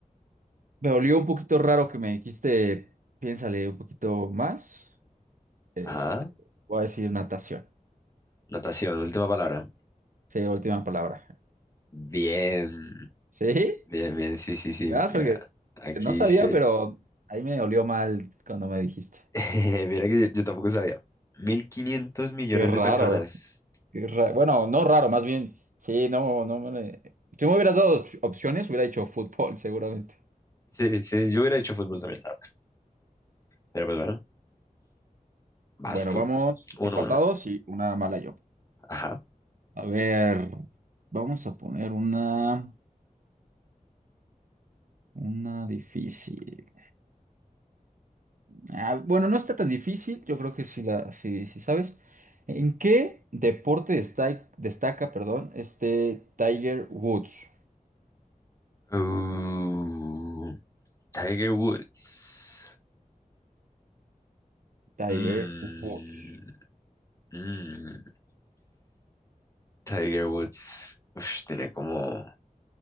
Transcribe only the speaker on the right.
Me olió un poquito raro que me dijiste, piénsale un poquito más. Este,
voy a decir natación.
Sí, última palabra.
¿Sí?
Nada más
porque
no sabía,
pero ahí me olió mal cuando me dijiste.
Qué raro.
qué ra- Bueno, no raro, más bien. Sí, no, no me... le- Si me hubieras dado opciones, hubiera dicho fútbol, <laughs> seguramente.
Bueno,
vamos
empatados
y una mala yo.
A ver, vamos a poner una, una difícil. Ah, bueno, no está tan difícil, yo creo que sí la, sí, sí sabes. ¿En qué deporte destaca, destaca, perdón, este Tiger Woods?
Tiger
Woods.